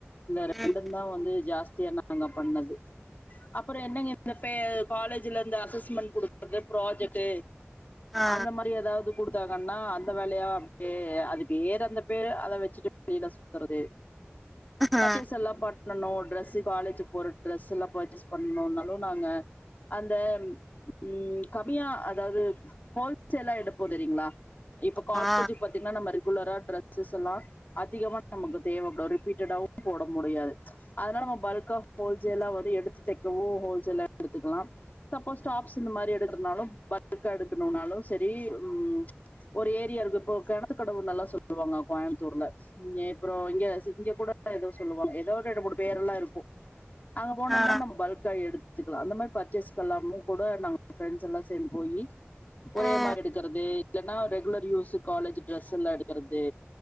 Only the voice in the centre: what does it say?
ம்
ஆ
ஆமா
ஆமா
ஆ ஆ
ம்